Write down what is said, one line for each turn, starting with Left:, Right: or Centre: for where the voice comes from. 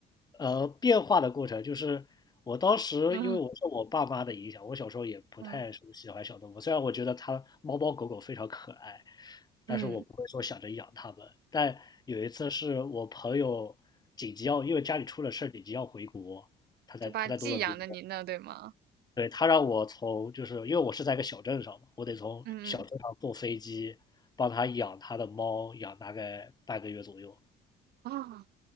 Left: 呃变化的过程。就是我当时因为我受我爸妈的影响，
Right: 嗯
Left: 我小时候也不太说喜欢小动物，
Right: 嗯
Left: 虽然我觉得它猫猫狗狗非常可爱，但是我不会说想着养它们。
Right: 嗯，
Left: 但有一次是我朋友紧急要，因为家里出了事儿，紧急要回国，他在他在多伦多，
Right: 就把寄养在您那，对吗？
Left: 对，他让我从就是因为我是在一个小镇上嘛，我得从小镇上坐飞机帮他养他的猫，
Right: 嗯嗯
Left: 养大概半个月左右。
Right: 啊。